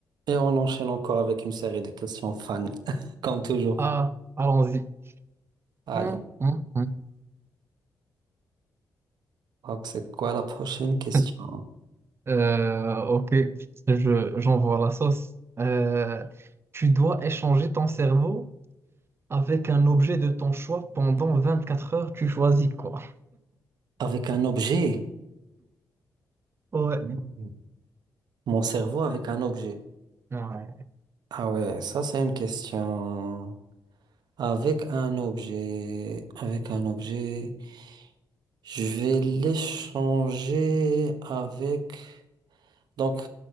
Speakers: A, on the right; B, on the right.
A: Et on enchaîne encore avec une série de questions fans, <laughs> comme toujours.
B: Ah, allons-y.
A: Allez,
B: Hum, hum, hum.
A: donc c'est quoi la prochaine question?
B: <laughs> Euh, ok, je, j'envoie la sauce. Euh, tu dois échanger ton cerveau avec un objet de ton choix pendant 24 heures. Tu choisis quoi?
A: Avec un objet.
B: Ouais.
A: Mhm. Mon cerveau avec un objet.
B: Ouais,
A: Ah ouais, ça c'est une question. Avec un objet. Avec un objet. Je vais l'échanger avec... Donc,